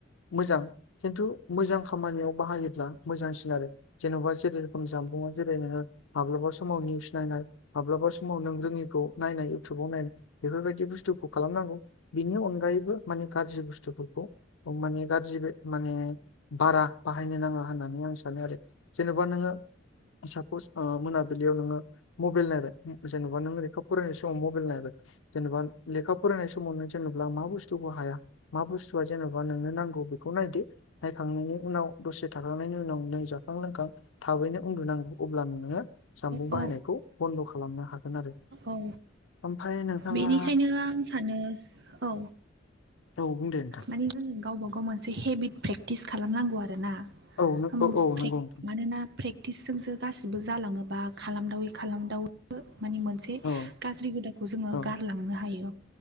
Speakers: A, on the left; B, on the right.
A: मोजां खिन्थु मोजां खामानियाव बाहायोब्ला मोजांसिन आरो जेन'बा जेरै रोखोम जानबुंआव जिरायनाय माब्लाबा समाव निउस नायनाय, माब्लाबा समाव नों रोङि खौ नायनाय इउटुबाव नायनाय बेफोरबायदि बुस्थुखौ खालामनांगौ बिनि अनगायैबो माने गाज्रि बुस्थुफोरखौ अ माने गाज्रि माने बारा बाहायनो नाङा होननानै आं सानोआरो जेनेबा नोङो सापस ओ मोनाबिलियाव नोङो मबाइल नायो जेनेबा नों रेखा फरायनाय समाव मबाइल नायो जेनेबा लेखा फरायनाय समावनो जेनेबा मा बुस्थुखौ हाया मा बुस्तु जेनबा नोंनो नांगौ बेखौ नायदो नायखांनायनि उनाव दसे थाखांनायनि उनाव नों जाखां लोंखां थाबैनो उन्दुनांगौ अब्लानो नोङो जामबुं
B: औ
A: बाहायनायखौ बन्द' खालामनो हागोन आरो
B: औ
A: ओमफ्राय नोंथाङा
B: बेनिखायनो आं सानो औ
A: औ बुं दे नोंथां
B: मानि जोङो गावबा गाव मोनसे हेबिट प्रेक्टिस खालामनांगौ आरोना
A: औ नों
B: होम
A: औ औ
B: प्रेक
A: नंगौ नोंथां
B: मानोना प्रेक्टिसजोंसो गासिबो जालाङोबा खालामदावै खालामदावै बो मानि मोनसे
A: औ
B: गाज्रि हुदाखौ जोङो
A: औ
B: गारलांनो हायो